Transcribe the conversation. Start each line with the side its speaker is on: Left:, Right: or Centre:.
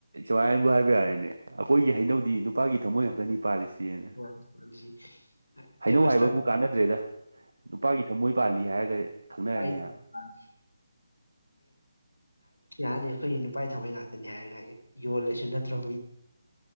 Right: ꯁꯃꯥꯏꯕꯨ ꯍꯥꯏꯕ ꯌꯥꯔꯦꯅꯦ ꯑꯩꯈꯣꯏꯒꯤ ꯍꯩꯅꯧꯗꯤ ꯅꯨꯄꯥꯒꯤ ꯊꯃꯣꯏ ꯉꯥꯛꯇꯅꯤ
Left: <inaudible>
Right: ꯄꯥꯜꯂꯤꯁꯤꯅ
Left: <inaudible>
Right: ꯍꯩꯅꯧ
Left: ꯄꯁꯇꯥ
Right: ꯍꯥꯏꯕꯕꯨ ꯀꯥꯟꯅꯗ꯭ꯔꯦꯗ ꯅꯨꯄꯥꯒꯤ ꯊꯃꯣꯏ ꯄꯥꯜꯂꯤ ꯍꯥꯏꯔꯒ
Left: <inaudible>
Right: ꯈꯪꯅꯔꯅꯤ ꯑ
Left: ꯃꯅꯦ ꯑꯩꯈꯣꯏꯒꯤ ꯅꯨꯄꯥꯒꯤ ꯊꯝꯃꯩ ꯉꯥꯛꯇꯅꯤ ꯍꯥꯏꯔ ꯍꯥꯏ ꯌꯣꯂꯁꯨ ꯅꯠꯇ꯭ꯔ